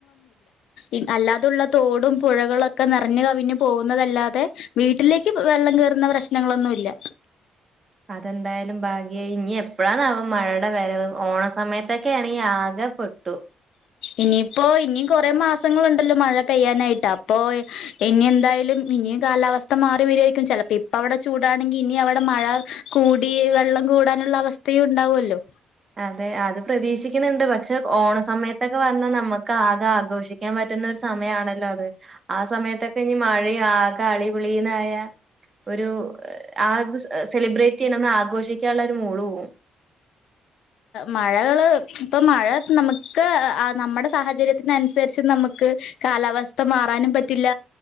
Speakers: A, on the left; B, on the right.
A: െ്ന്ന അല്ലാ തോടും പുെ നി കവിു അല്ലാതെ വീട്ടിലേക്ക് വെള്ളം കേയറുന്ന പ്രശ്നങ്ങളൊന്നുംല്ല
B: <unintelligible> അതെന്തായാലും ഭാഗ്യ ഇനി എപ്പോഴാന്നാവ മഴയുടെ വരത് ഓണ സമയത്തൊക്കൊണെങ്കിൽ ആകെ എട്ട്
A: ഇനിയിപ്പോ ഇനി കൊറെേ മാസങ്ങളുണ്ടല്ലോ മഴ പെയ്യാനായിട്ട് അപ്പൊ ഇനി എന്താ ഇിയും കാലാവസ്ഥ മാറി വരികായിരിക്കും ചപ്പോ ഇപ്പ അവിടെ ചൂടാണെങ്ക ഇനിടെ മഴ കൂ വെള്ളം കൂടാനുള്ള അവസ്ഥയും ഉണ്ടാവുമല്ലോ
B: അതെ അത് പ്രതീക്ഷിക്കുന്നുണ്ട് പക്ഷെ ഓണ സമയത്തൊക്കെ വന്നാൽ നമുക്ക് ആകെ ആഘോഷിക്കാൻ പറ്റ പറ്റുന്ന ഒരു സമയമാണല്ലോ അത് ആ സമയത്തൊക്കെ ഇനി മഴയും ആകെ അടിിപളീന്നായ ഒരു ആ സെലിബ്രേറ്റ് ന്ന് ആഘോഷിക്കാനുള്ള ഒരു മൂളവും
A: മഴകള് ഇപ്പൊ മഴ നമുക്ക് നമ്മുടെ സാഹചര്യത്തിനനുസരിച്ച് നമുക്ക് കാലാവസ്ഥ മാറാനും പറ്റില്ല